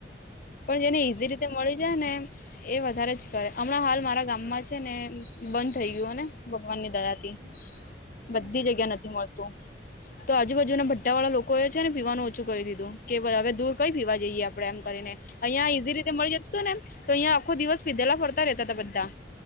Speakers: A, on the right; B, on the left.
A: હમ
B: પણ જેને ઈઝી રીતે મળી જાય ને એ વધારે જ કરે હમણાં હાલ મારા ગામ
A: આ
B: માં છે ને બંધ
A: હમ
B: થઈ ગયુંને ભગવાન ની દયાથી
A: હમ હમ હમ
B: બધી જગ્યા નથી મળતું. તો આજુબાજુના ભથ્થા વાળા લોકોએ છે ને પીવાનું ઓછું કરી દીધું કે હવે દૂર કઈ પીવા જઈએ આપ એમ કરીને અહિયાં ઈઝી રીતે મળી જતું હતું ને તો અહં આખો દિવસ પીધેલા ફરતા રતા હતા બધા